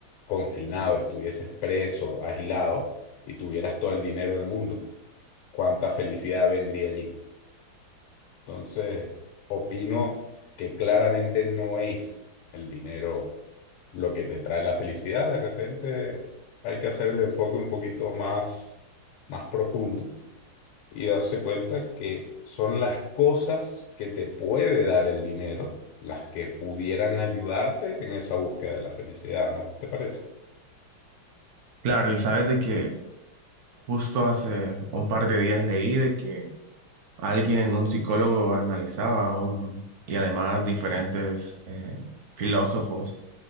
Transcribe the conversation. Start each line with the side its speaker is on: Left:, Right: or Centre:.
Left: confinado, estuvieses preso, aislado y tuvieras todo el dinero del mundo. ¿Cuánta felicidad vendría allí? Entonces, opino que claramente no es el dinero lo que te trae la felicidad. De repente hay que hacer el enfoque un poquito más, más profundo y darse cuenta que son las cosas que te puede dar el dinero las que pudieran ayudarte en esa búsqueda de la felicidad, ¿no te parece?
Right: Claro, y sabes de que justo hace un par de días leí de que alguien, un psicólogo, analizaba un, y además diferentes eh, filósofos